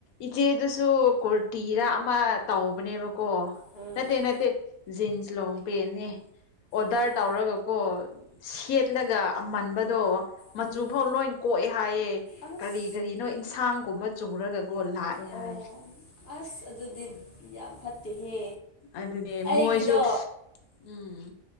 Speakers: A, on the left; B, on the left.
A: ꯏꯆꯦꯗꯨꯁꯨ ꯀꯨꯔꯇꯤꯔꯥ ꯑꯃ ꯇꯧꯕꯅꯦꯕꯀꯣ
B: ꯎꯝ
A: ꯅꯠꯇ ꯅꯠꯇ ꯖꯤꯟꯁ ꯂꯣꯡ ꯄꯦꯅꯦ ꯑꯣꯗꯔ
B: ꯑꯣ
A: ꯇꯧꯔꯒꯀꯣ ꯁꯦꯠꯂꯒ ꯑꯃꯟꯕꯗꯣ ꯃꯆꯨ
B: ꯎꯝ
A: ꯐꯥꯎ
B: ꯎꯝ
A: ꯂꯣꯏ ꯀꯣꯛꯑꯦ ꯍꯥꯏꯌꯦꯦ
B: ꯑꯁ
A: ꯀꯔꯤ ꯀꯔꯤꯅꯣ ꯏꯟꯁꯥꯡꯒꯨꯝꯕ ꯆꯨꯔꯒꯒꯣ ꯂꯥꯛꯑꯦ
B: ꯑꯣ
A: ꯍꯥꯏꯌꯦ
B: ꯑꯁ ꯑꯗꯨꯗꯤ ꯌꯥꯝ ꯐꯠꯇꯦꯍꯦ
A: ꯑꯗꯨꯅꯦ
B: ꯑꯩꯒꯤꯗꯣ
A: ꯃꯣꯏꯁꯨ ꯎꯝ